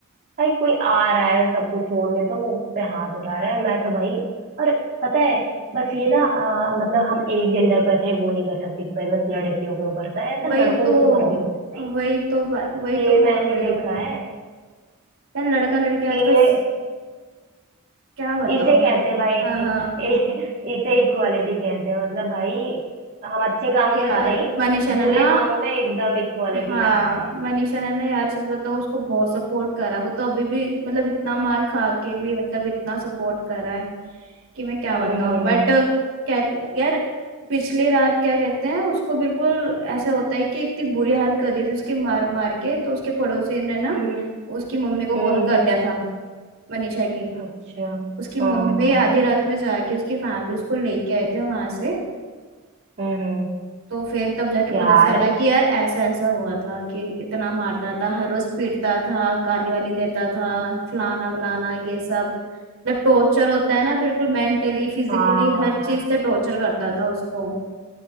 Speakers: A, on the right; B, on the right.
A: भाई कोई आ रहा है सबको छोड़ के तो मुंह पे हाथ उठा रहा है मैं तो भाई और पता है बस ये ना अ, मतलब हम एक जेंडर को ऐसे वो नहीं कर सकते कि भाई बस लड़कियों के ऊपर था ऐसा
B: वही
A: लड़कों
B: तो
A: के ऊपर भी होता है
B: वही तो बा-
A: भाई
B: वही
A: ये
B: तो बोल
A: मैंने
B: रही हूँ
A: देखा है
B: यार लड़का लड़की आजकल
A: कि ये
B: क्या बताओ
A: इसे कहते हैं भाई <laughs>
B: हाँ हाँ
A: ए- इसे इक्वालिटी कहते हैं मतलब भाई हम अच्छे कामों
B: अरे
A: में
B: यार
A: तो नहीं
B: मनीषा
A: बुरे
B: ने ना
A: कामों में एकदम इक्वालिटी
B: हाँ
A: ला रहे हैं
B: मनीषा ने ना यार सच बताऊँ उसको बहुत सपोर्ट करा वो तो अभी भी मतलब इतना मार खा के भी मतलब इतना सपोर्ट करा है कि मैं क्या
A: हम्म
B: बताऊँ
A: हम्म
B: बट कह यार पिछली रात क्या कहते हैं उसको बिल्कुल ऐसा होता है कि इतनी बुरी हालत कर दी थी उसकी मार मार के तो उसके पड़ोसी ने ना
A: हम्म हम्म
B: उसकी मम्मी को कॉल
A: हम्म।
B: कर दिया था मनीषा की
A: अच्छा
B: उसकी मम्मी
A: हाँ हाँ
B: आधी रात में जाके उसकी फैमिली उसको लेके आए थे वहां से
A: हम्म हम्म
B: तो फिर तब जाके पता
A: यार
B: चला कि यार ऐसा ऐसा हुआ था कि इतना मारता था हर रोज पीटता था गाली वाली देता था फलाना वलाना ये सब मतलब टॉर्चर होता है ना बिल्कुल मेंटली फिजिकली
A: हाँ हाँ
B: हर
A: हाँ
B: चीज से टॉर्चर करता था उसको